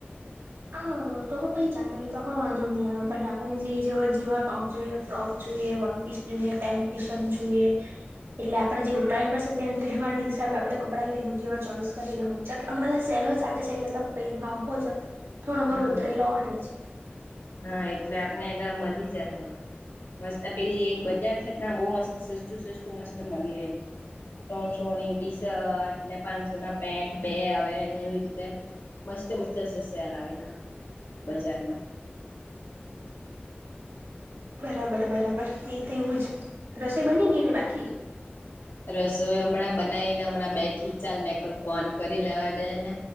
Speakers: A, on the right; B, on the left.
A: હા તો હ પહી ચાલે તો હો વાંધો ની આવે પહી આપણને જે જોએ જેવા ટોપ જોઈએ ફ્રોક જો એ વનપીસ જોઈએ, પેન્ટ ટી શર્ટ જોઈએ એટલે આપણે જે ઉત્તરાયણ પર સે તે તહેવાર હિસાબે આપણે કપડાં લેહુ એવા ચોઈસ કરી લેહુ અમણા સે લ હો ચાલતી છે એટલે તો ભાવ હો જ થોડો
B: હા
A: ઘણો ઉતરેલો જ અહે.
B: હા એટલે આપને તો મળી જહે. મસ્ત પેલી એક બજાર થતા બો મસ્ત સસ્તું સસ્તું મસ્ત મલી રેય. ત્રણસોની ટી શર્ટ ને પાંચસોના પેન્ટ બે આવે ને એવી રીતે મસ્ત મસ્ત શે સેલ આવેલા બજારમાં.
A: બરાબર બરાબર એ તો એવું જ રસોઈ બની ગઈ કે બાકી?
B: રસોઈ હમણાં બનાઈને હમણાં બેઠીથી ચાલ મેં કરુ ફોન કરી લેવા દે ને.